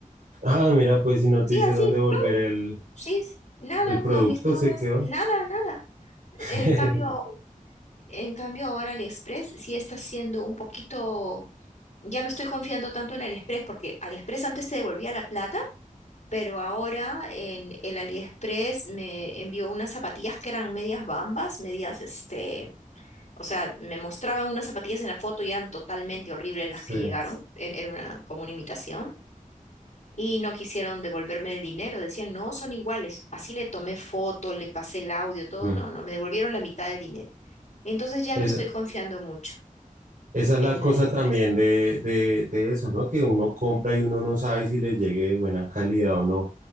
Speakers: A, on the right; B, on the left.
A: Ah, mira, pues si no
B: Sí,
A: te hicieron
B: así,
A: devolver
B: plum,
A: el,
B: sí, sí, nada,
A: el producto,
B: no, me- no
A: se
B: me has,
A: quedó.
B: nada, nada. En
A: <laughs>
B: cambio, en cambio ahora AliExpress sí está siendo un poquito, ya no estoy confiando tanto en AliExpress porque AliExpress antes te devolvía la plata, pero ahora en el AliExpress me envió unas zapatillas que eran medias bambas, medias este, o sea, me mostraban unas zapatillas en la foto y eran totalmente horribles
A: Sí.
B: las que llegaron, en- era una, como una imitación. Y no quisieron devolverme el dinero, decían, no, son iguales. Así le tomé foto, le pasé el audio, todo,
A: Mm.
B: no, no, me devolvieron la mitad del dinero. Entonces ya
A: Esa,
B: no estoy confiando mucho
A: esa es
B: en
A: la
B: el
A: cosa
B: AliExpress.
A: también de, de, de eso, ¿no? Que uno compra y uno no sabe si le llegue de buena calidad o no.